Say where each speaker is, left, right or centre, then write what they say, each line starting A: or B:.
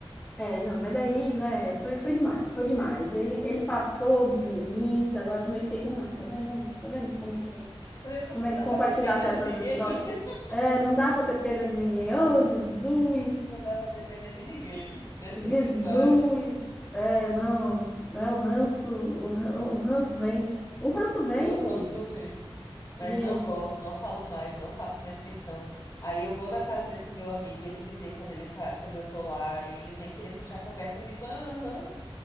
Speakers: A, on the left; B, on the left.
A: É, não, mas daí, né, foi, foi demais, foi demais. Ele, ele passou dos limites, agora também fiquei com ranço, tá vendo? Olha, tá vendo como é que,
B: Tá vendo como
A: como
B: não
A: é que
B: dá
A: compartilhar
B: pra ter pena
A: certas
B: de ninguém?
A: histórias?
B: <laughs>
A: É, não dá pra ter pena de ninguém. Oh, Jesus!
B: Não dá pra ter pena de ninguém nessas
A: Jesus!
B: histórias.
A: É, não, né? O ranço, o ran- o ranço vence. O ranço vence,
B: Aham, sumisse. Mas
A: gente.
B: não gosto, não falo mais, não faço mais questão. Aí eu vou na casa desse meu amigo, ele me vê quando ele tá, quando eu tô lá, e ele vem querer puxar a conversa, eu fico, aham,